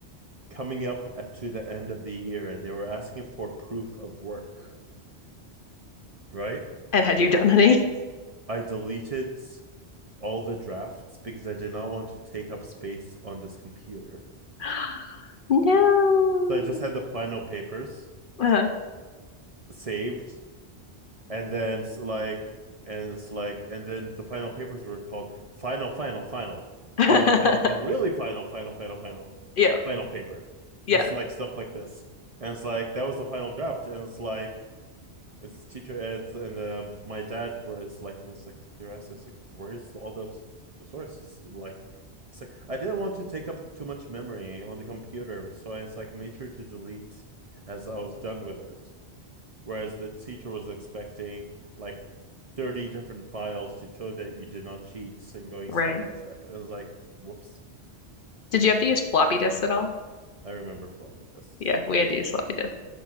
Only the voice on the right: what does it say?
coming up at, to the end of the year and they were asking for proof of work right
i deleted all the drafts because I did not want to take up space on this computer.
So I just had the final papers
saved, and then it's like, and it's like, and then the final papers were called final, final, final,
final, final, and really final, final, final, final,
final paper.
And it's like stuff like this. And it's like that was the final draft. And it's like it's his teacher and and um, my dad was like was like they were asking us like where's all the sources like it's like I didn't want to take up too much memory on the computer, so I was like made sure to delete as I was done with it. Whereas the teacher was expecting like thirty different files to show that you did not cheat and going
step by step. And it was like, whoops.
So
th-
I remember floppy disks.
Yes.